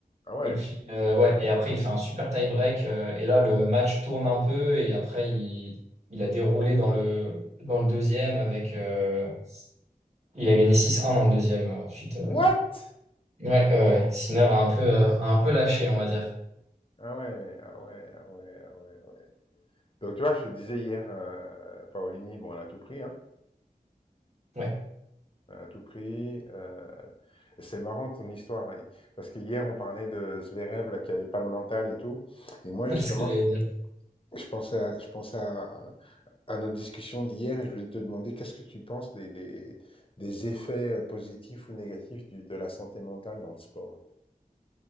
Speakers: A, on the left; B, on the right.
A: Ah ouais.
B: Et puis, euh, ouais, et après, il fait un super tie-break. euh, et là, le match tourne un peu. Et après, il, il a déroulé dans le, dans le deuxième avec. euh, il a gagné six un dans le deuxième. euh, Ensuite, euh,
A: What?
B: ouais, ouais, ouais. Sinner a un peu, euh, a un peu lâché, on va dire.
A: Ah ouais, ah ouais, ah ouais, ah ouais, ah ouais. Donc tu vois, je te disais hier, euh, Paolini, bon, elle a tout pris, hein.
B: Ouais,
A: Elle a tout pris. euh, C'est marrant ton histoire, là. Parce que hier, on parlait de Zverev, là, qui avait pas le mental et tout. Et moi,
B: <laughs> c'est
A: justement,
B: ce que j'allais
A: je,
B: dire.
A: je pensais à, je pensais à, à notre discussion d'hier et je voulais te demander qu'est-ce que tu penses des, des, des effets euh, positifs ou négatifs du- de la santé mentale dans le sport?